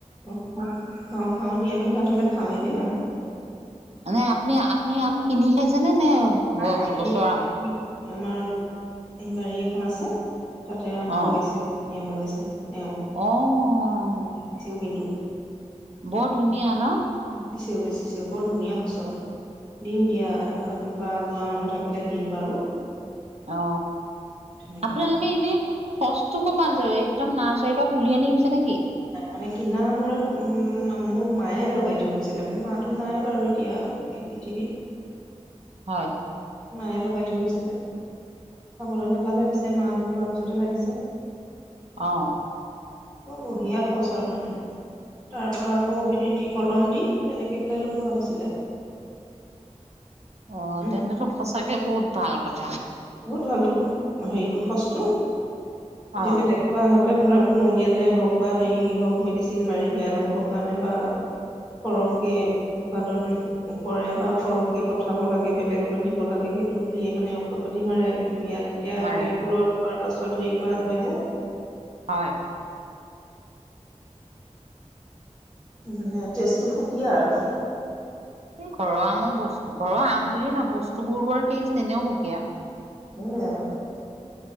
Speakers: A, on the right; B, on the right.
A: অ, খা - খা খাও নি আমি কাটিলে খাওৱেই দেই আম।
B: নে আপুনি - আপুনি আম কিনি খাইছেনে নে গছ
A: নাই কিনি
B: গছৰ
A: খোৱা নাই
B: আম।
A: কিনি আমাৰ এই বাৰী এখন আছে তাতে আম
B: অঁ
A: লগাইছিল ল লগাইছে। এও
B: অঁ
A: বেছেও কিন্তু
B: বৰ ধুনীয়া ন।
A: বেচিছেও বেচিছেও বৰ ধুনীয়া সচৰ। দিম দিয়া কোনোবা যোৱা মানুহ থাকিলে দিম বাৰু।
B: অ,
A: তেনেকুৱা
B: আপোনালোকে এনে সচ টো ক'ৰ পৰা আনিছে একদম নাৰ্চাৰীৰ পৰা পুলি আনি ৰুইছে নেকি?
A: মানে কিনা মোৰে উম, মোৰ মায়ে লগাই থৈ গৈছিলে মোৰ মাতো নাই বাৰু এতিয়া এই পৃথিৱীত। <inaudible>
B: হয়।
A: মায়ে লগাই থৈ গৈছিলে খাবলৈ নাপালে পিছে মাহ খ খোৱাৰ পিছতে লাগিছে
B: আহ
A: মৰ বঢ়িয়া খচ আৰু মানে তাৰ পৰা আকৌ হেৰি দি কলম দি তেনেকে পেলাই লগোৱা হৈছিলে। <inaudible>
B: অ'
A: উম
B: তেন্তে সঁচাকে বহুত ভাল কথা।
A: টো হেৰিটো ফসটো এতিয়া
B: অঁ
A: বেলেগেইবলাক ধৰা কুমলীয়াতেই হওক বা হেৰি হওক মেডিচিন মাৰি বেয়া নহ'বৰ কাৰণে বা সৰহকে উৎপাদন কৰে বা সৰহকে পঠাব লাগে বেলেগলৈ দিব লাগে সেইটো বুলিয়ে মানে ট পাতি মাৰে কিন্তু ইয়াত এতিয়াপুৰত
B: মাৰে
A: হোৱাৰ পাছত হেৰি কৰা হয় যে
B: হয়।
A: মানে তেজটো সুকীয়া আৰু
B: এই ঘৰৰ আমৰ বস্তু ঘৰৰ আম বুলিয়ে ন বস্তুবোৰ কৰা টেষ্ট এনেও সুকীয়া
A: <unintelligible>